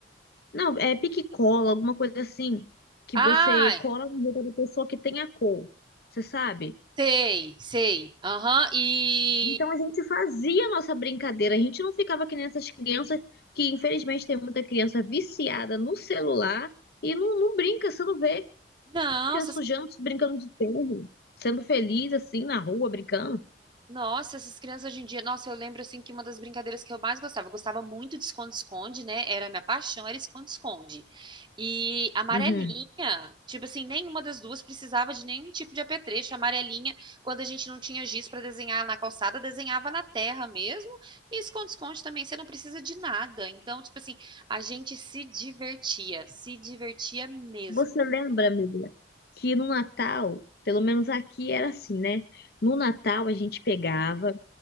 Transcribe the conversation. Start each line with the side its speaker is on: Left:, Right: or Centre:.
Left: Não, é pique e cola, alguma coisa assim. Que
Right: Ai,
Left: você cola no roupa da pessoa que tem a cor. Você sabe?
Right: sei, sei, aham, e.
Left: Então a gente fazia a nossa brincadeira. A gente não ficava que nem essas crianças, que infelizmente tem muita criança viciada no celular e não, não brinca. Você não vê
Right: Não,
Left: criança
Right: essas
Left: sujando, brincando de terra, sendo feliz assim na rua, brincando.
Right: Nossa, essas crianças hoje em dia, nossa, eu lembro assim que uma das brincadeiras que eu mais gostava, eu gostava muito de esconde-esconde, né? Era a minha paixão, era esconde-esconde. E amarelinha,
Left: Uhum.
Right: tipo assim, nenhuma das duas precisava de nenhum tipo de apetrecho. Amarelinha, quando a gente não tinha giz para desenhar na calçada, desenhava na terra mesmo. E esconde-esconde também, você não precisa de nada. Então, tipo assim, a gente se divertia, se divertia mesmo.
Left: Você lembra, amiga, que no Natal, pelo menos aqui era assim, né? No Natal a gente pegava,